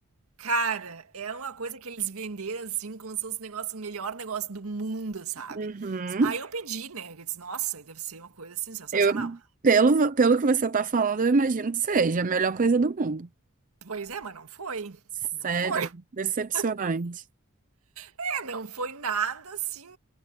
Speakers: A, on the right; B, on the right.
A: Cara, é uma coisa que eles venderam assim, como se fosse o negócio, o melhor negócio do mundo, sabe?
B: Uhum.
A: Aí eu pedi, né? Eu disse, nossa, deve ser uma coisa assim, sensacional.
B: Eu, pelo, pelo que você tá falando, eu imagino que seja a melhor coisa do mundo.
A: Pois é, mas não foi.
B: Sério,
A: Não foi. <laughs>
B: decepcionante.
A: Não. É, não foi nada assim,